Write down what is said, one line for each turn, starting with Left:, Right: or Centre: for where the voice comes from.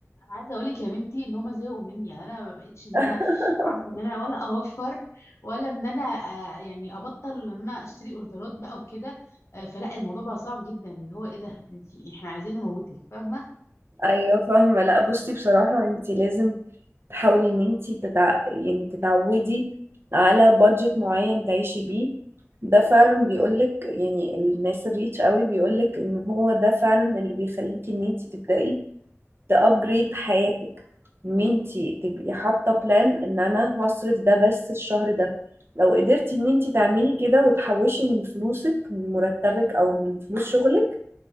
Left: انا عايزه اقول لك يا بنتي ان هم زهقوا مني يعني انا ما بقتش ان
Right: <laughs>
Left: انا عارفه ان انا ولا اوفر ولا ان انا آه يعني ابطل ان انا اشتري اوردرات بقى وكده آه فلا الموضوع بقى صعب جدا اللي هو ايه ده انت احنا عايزين نموتك فاهمه
Right: ايوه فاهمه لا بصي بصراحه انت لازم تحاولي ان انت تتع... يعني تتعودي على بادجت معين تعيشي بيه ده فعلا بيقولك يعني الناس الريتش قوي بيقولك ان هو ده فعلا اللي بيخليكي ان انت تبدأي تابجريد حياتك
Left: امم
Right: ان انتي تبقي حاطه بلان ان انا هصرف ده بس الشهر ده لو قدرتي ان انتي تعملي
Left: ايوه
Right: كده وتحوشي من فلوسك من مرتبك او من فلوس شغلك